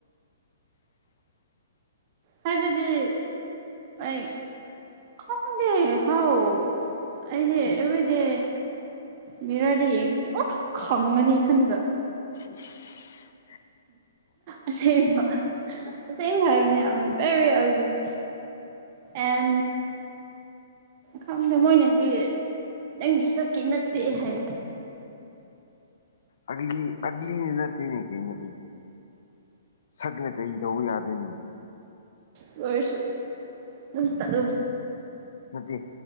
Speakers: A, on the left; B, on the right.
A: <unintelligible>
B: ꯍꯥꯏꯕꯗꯤ ꯑꯩ ꯈꯪꯗꯦ ꯍꯥꯎ ꯑꯩꯗꯤ ꯑꯕꯔꯤꯗꯦ ꯃꯤꯔꯥꯔꯗ ꯌꯦꯡꯂꯥꯗꯤ ꯑꯣ ꯈꯪꯒꯅꯤ ꯏꯊꯟꯗ
A: ꯏꯁ ꯏꯁ꯭
B: ꯑꯁꯦꯡꯕꯥ ꯑꯁꯦꯡꯕ ꯍꯥꯏꯕꯅꯦ ꯑ ꯑꯦꯝ ꯕꯦꯔꯤ ꯑꯥꯒꯂꯤ ꯑꯦꯟ ꯈꯪꯗꯦ ꯃꯣꯏꯅꯗꯤ ꯅꯪꯒꯤ ꯁꯛꯀꯤ ꯅꯠꯇꯦ ꯍꯥꯏꯔꯦ
A: ꯑꯒꯥꯂꯤ ꯑꯒꯥꯂꯤꯅꯤ ꯅꯠꯇꯦꯅꯤ ꯀꯩꯅꯣꯅꯦ ꯁꯛꯅ ꯀꯩ ꯇꯧꯕ ꯌꯥꯗꯣꯏꯅꯣ
B: ꯑꯗꯨ ꯑꯣꯏꯔꯁꯨ ꯑꯗꯨꯝ ꯇ꯭ꯠꯂꯦ
A: ꯅꯠꯇꯦ